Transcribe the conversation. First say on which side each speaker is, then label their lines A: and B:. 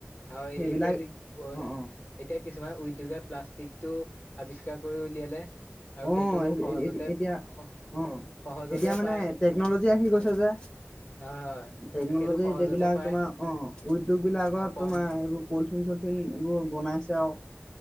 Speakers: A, on the left (about 45°); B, on the left (about 20°).
A: হয়,
B: সেইবিলাক
A: এতিয়া যি ক
B: অ' অ'
A: এতিয়া এ কিছুমান উদ্যোগে প্লাষ্টিকটো আৱিষ্কাৰ কৰি উলিয়ালে। আৰু
B: অঁ,
A: সেইটো সহজতে
B: এতিয়া
A: স-
B: অ
A: সহজতে
B: এতিয়া মানে
A: পায়
B: টেকনলজি আহি গৈছে যে,
A: হয় হয়
B: টেকনলজি
A: সেইটো সহজতে
B: এইবিলাক
A: পায়
B: তোমাৰ অ উদ্যোগ বিলাকত
A: অ কম
B: তোমাৰ এইবোৰ পলিথিন চলথিন এইবোৰ বনাইছে আৰু